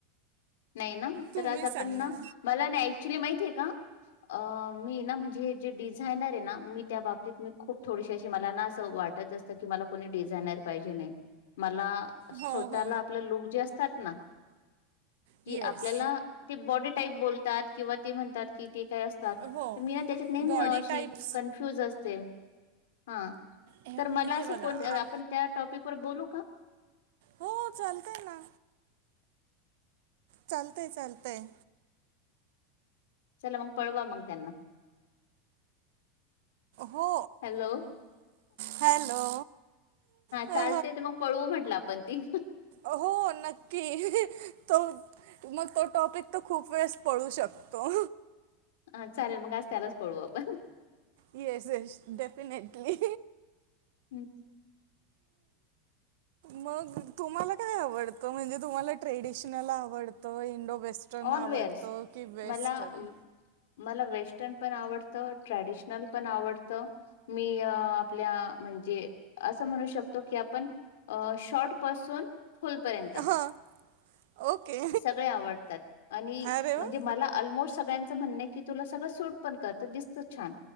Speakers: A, on the left (about 85°); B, on the right (about 55°).
A: नाही ना
B: तुम्ही
A: तर आज आपण
B: सांगा
A: ना मला ना ऍक्च्युली माहितीय का? अ मी ना म्हणजे हे जे डिझायनर आहे ना मी त्या बाबतीत मी खूप थोडीशी अशी मला ना असं वाटत अस की मला कोणी डिझायनर पाहिजे नाही मला स्वतःला
B: हो हो
A: आपले लुक जे असतात ना कि
B: येस
A: आपल्याला ते बॉडी टाईप बोलतात किंवा ते म्हणतात कि ते काय असतात
B: हो
A: मी ना त्याच्यात नेहमी
B: बॉडी
A: अशी
B: टाईप्स
A: कन फ्युज असते हा
B: हे
A: तर मला
B: हे
A: असं
B: बघा
A: कोण
B: आ-
A: त्या टॉपिक वर बोलू का?
B: हो चालतय ना चालतय चालतय
A: चला मग पळवा मग त्यांना
B: हो
A: हॅलो
B: हॅलो हा
A: चालते तर मग पळवू म्हटलं आपण ती
B: हो नक्की तो त मग तो टॉपिक तर खूप वेळेस पळू शकतो
A: हा चालेल मग आज त्यालाच पळवू आपण
B: येस येस डेफिनेटली
A: हम् <inaudible>
B: मग तुम्हाला काय आवडतं म्हणजे तुम्हाला ट्रेडिशनल आवडतं Indo western
A: all
B: आवडतं
A: wears
B: की वेस्टर्न
A: मला मला वेस्टर्न पण आवडतं ट्रॅडिशनल पण आवडतं मी आपल्या म्हणजे असं म्हणू शकतो की आपण शॉर्ट पासून फु..... लपर्यंत
B: हां ओके
A: सगळे आवडतात. आणि
B: अरे
A: म्हणजे
B: वा
A: मला ऑलमोस्ट सगळ्यांचं म्हण की तुला सगळं सूट पण करत दिसत छान.